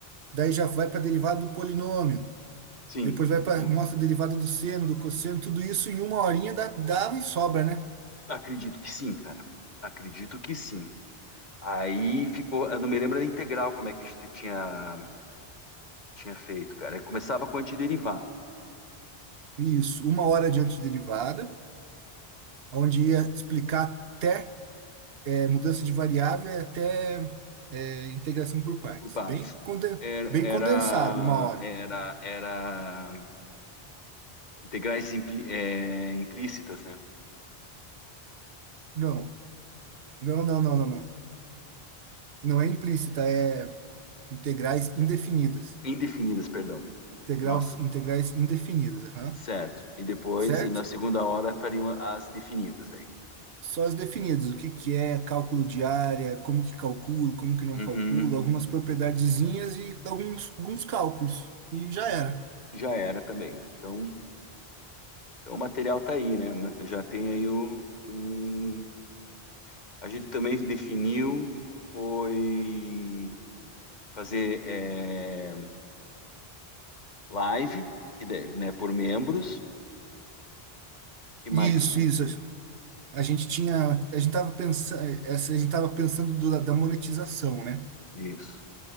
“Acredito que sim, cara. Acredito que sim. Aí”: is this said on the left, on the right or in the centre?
Left